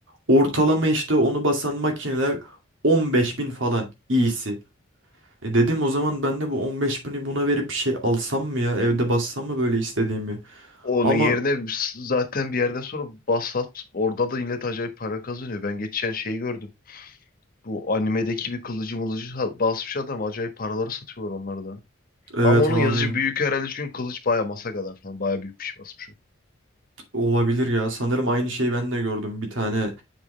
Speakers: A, on the right; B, on the left.
A: Ortalama işte onu basan makineler 15.000 falan iyisi. E dedim o zaman ben de bu 15 bini buna verip bir şey alsam mı ya? Evde bassam mı böyle istediğimi?
B: Onun
A: Ama
B: yerine s- zaten bir yerden sonra Basat orada da millet acayip para kazanıyor. Ben geçen şeyi gördüm. Bu animedeki bir kılıcı mılıcı ha- basmış adam. Acayip paraları satıyorlar onları da.
A: evet
B: Ama onun
A: abi
B: yazıcı büyük herhalde çünkü kılıç baya masa kadar falan. Baya büyük bir şey basmış. o.
A: olabilir ya. Sanırım aynı şeyi ben de gördüm. Bir tane